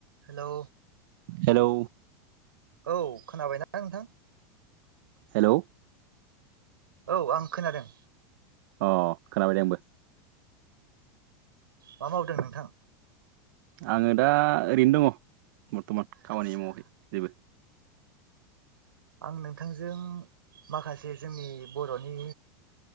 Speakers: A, on the right (about 85°); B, on the right (about 65°).
A: Hello
B: hello
A: औ खोनाबायना नोंथां
B: हेलौ
A: औ आं खोनादों
B: अ खोनाबाय दे आंबो
A: मा मावदों नोंथां
B: आङो दा ओरैनो दङ बर्थमान खामानि
A: आदसा
B: मावाखै जेबो
A: आं नोंथांजों माखासे जोंनि बर'नि